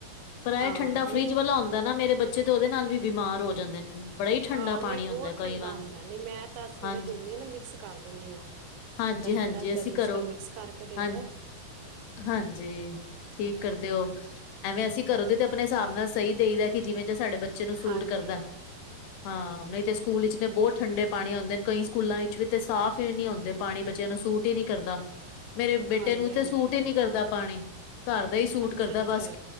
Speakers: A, on the left; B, on the right.
A: ਪਰ ਇਹ
B: ਹਾਂ
A: ਠੰਡਾ ਫਰਿਜ਼
B: ਨਹੀਂ
A: ਵਾਲਾ ਹੁੰਦਾ ਨਾ ਮੇਰੇ ਬੱਚੇ ਤੇ ਉਹਦੇ ਨਾਲ ਵੀ ਬਿਮਾਰ ਹੋ ਜਾਂਦੇ ਨੇ ਬੜਾ ਹੀ ਠੰਡਾ
B: ਆਹੋ
A: ਪਾਣੀ
B: ਨਹੀਂ
A: ਹੁੰਦਾ
B: ਬਹੁਤ
A: ਕਈ
B: ਠੰਡਾ
A: ਵਾਰ
B: ਹਉਂਦਾ ਨਹੀਂ ਮੈਂ ਤਾਂ ਸਵੇਰੇ
A: ਹਾਂਜੀ
B: ਦਿੰਦੀ ਹਾਂ ਨਾ ਮਿਕਸ ਕਰ ਦਿੰਦੀ ਹਾਂ
A: ਹਾਂਜੀ
B: ੱਧਾ ਠੰਡਾ
A: ਹਾਂਜੀ ਅਸੀਂ
B: ਦੂਸਰਾ
A: ਘਰੋਂ
B: ਮਿਕਸ ਕਰਕੇ ਦੇ
A: ਹਾਂ
B: ਦੇ
A: ਹਾਂਜੀ ਠੀਕ ਕਰਦੇ ਹੋ ਐਵੇਂ ਅਸੀਂ ਕਰੋ ਦੇ ਤੇ ਆਪਣੇ ਹਿਸਾਬ ਨਾਲ ਸਹੀ ਦੇਈ ਦਾ ਕਿ ਜਿਵੇਂ ਜ ਸਾਡੇ ਬੱਚੇ ਬੱਚੇ ਨੂੰ ਸੂਟ
B: ਹਾਂਜੀ
A: ਕਰਦਾ ਹਾਂ ਨਹੀਂ ਤੇ ਸਕੂਲ ਵਿੱਚ ਨੇ ਬਹੁਤ ਠੰਡੇ ਪਾਣੀ ਆਉਂਦੇ ਨੇ ਕਈ ਸਕੂਲਾਂ ਵਿੱਚ ਵੀ ਤੇ ਸਾਫ਼ ਹੀ ਨੀ ਆਉਦੇ, ਪਾਣੀ ਬੱਚਿਆਂ ਨੂੰ ਸੂਟ ਹੀ ਨਹੀਂ ਕਰਦਾ। ਮੇਰੇ ਬੇਟੇ
B: ਹਾਂਜੀ
A: ਨੂੰ ਤੇ
B: ਹਾਂਜੀ
A: ਸੂਟ ਹੀ ਨੀ ਕਰਦਾ, ਪਾਣੀ ਘਰ ਦਾ ਹੀ ਸੂਟ
B: ਅੱਛਾ
A: ਕਰਦਾ
B: ਅੱਛਾ
A: ਬਸ